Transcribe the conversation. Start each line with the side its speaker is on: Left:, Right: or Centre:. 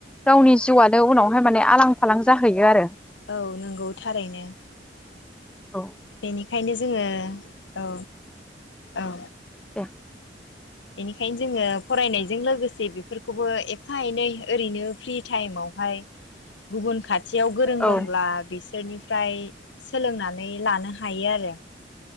Centre: गावनि जिउआनो उनावहाय माने आलां फालां जाहैयो आरो
Left: औ नंगौ थारैनो
Centre: औ
Left: बेनिखायनो जोङो औ औ
Centre: दे
Left: बेनिखायनो जोंङो फरायनायजों लोगोसे बेफोरखौबो एफा एनै ओरैनो फ्रि टाइमावहाय गुबुन खाथियाव गोरों
Centre: औ
Left: दंब्ला बिसोर बिसोरनिफ्राय सोलोंनानै लानो हायो आरो।